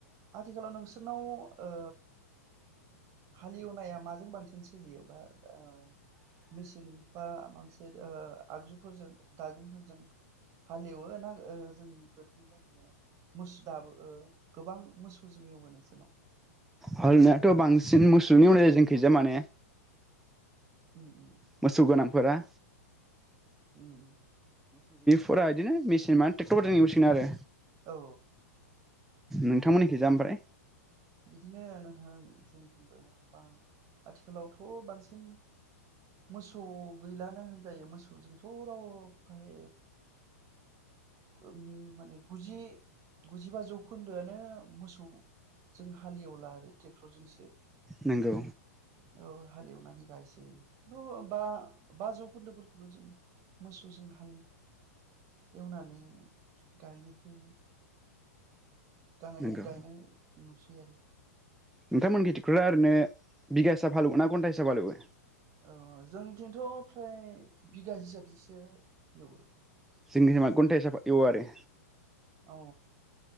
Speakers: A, on the right; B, in the centre.
A: आथिखालाव नोंसोरनाव ओ औ हालेवनाया माजों बांसिन सोलियो बा ओ मेसिन बा मोनसे ओ आगजुफोरजों दाजेमफोरजों हालेवो ना ओ जों गोदोनि बदिनो मोस दाबो गोबां मोसौजों एवो नोंसोरनाव?
B: हालेनायाथ' बांसिन मोसौजोंनो एवनाय जायो जोंखैजाय माने
A: उम उम
B: मोसौ गोनांफोरा
A: उम
B: फोरा बिदिनो मेसिन मा ट्रेक्टरफोरजों इउसिगोन आरो
A: औ
B: नोंथांमोननिखोजा ओमफ्राय
A: बिदिनो नोथां जोंनिथिंबो बा आथिखालावथ' बांसिन मोसौ गैलानो होनजायो मोसौजोंथ' राव फ्राय ओम माने गुजि गुजिबा जौखोन्दोआनो मोसौ जों हालेवला आरो ट्रेक्टरजोंसो
B: नंगौ
A: औ हालिवनानै गायसै र बा बा जौखोन्दोफोरखौल' जों मोसौजों हालि एवनानै गायनायखौ गानाय
B: नंगौ
A: गायनाय नुसै आरो
B: नोंथांमोननिखै टेकटरा ओरैनो बिघा हिसाब हालेवो ना घन्टा हिसाब हालेवो
A: औ जोंनिथिंथ' फ्राय बिगा हिसाब जिसो एवो
B: जों निथिंबा घनटा हिसाबै हालेवोआरो
A: औ